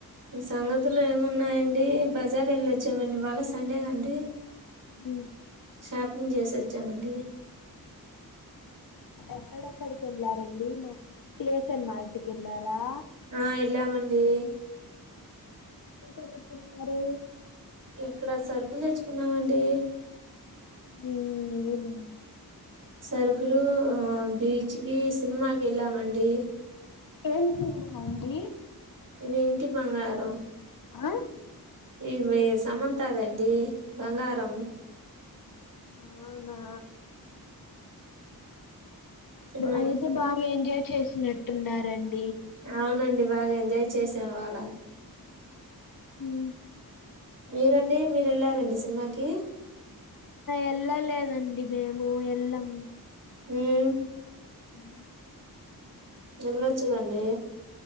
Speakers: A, on the right; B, on the left.
A: సంగతులు ఏమున్నాయండి బజార్ వెళ్ళిొచ్చామండి ఇవాళ్ళ సండేగాండి
B: మ్మ్ హ్
A: షాపింగ్ చేసి వచ్చామండి
B: ఎక్కడెక్కడికి వెళ్లారండి మా పిఎస్ఎన్ మార్టీకి వెళ్ళారా
A: ఆ ఎల్లమండి
B: ఏటేళ్తున్నారు
A: ఇక్కడ సరుకులు తెచ్చుకున్నామండి
B: అవునా
A: సరుకులు బీచ్ కి సినిమాకి వెళ్ళామండి
B: ఏం సినిమా అండి
A: మా ఇంటి బంగారం
B: ఆ
A: అదే సమంత వత్తావేంటి బంగారం
B: అవునా
A: సినిమా
B: అయితే బాగా ఎంజాయ్ చేసినట్టున్నారండి
A: అవునండి బాగా ఎంజాయ్ చేసాం ఇవాళ
B: మ్మ్
A: మీరండి మీరు వెళ్ళారండి సినిమాకి
B: ఎళ్ళలేదండి మేము ఎల్లం
A: మ్మ్ హ్
B: హ్హ్
A: వెళ్లొచ్చు గా అండి